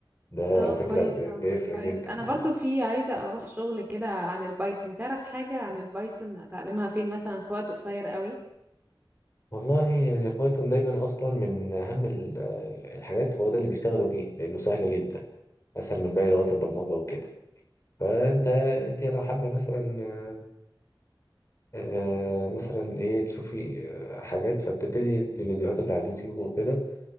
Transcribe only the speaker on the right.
اه كويس
اوي
كويس
انا برضو
في عايزة اروح شغل كده عن البايثون تعرف حاجة عن البايثون اتعلمها فين مثلا في وقت قصير قوي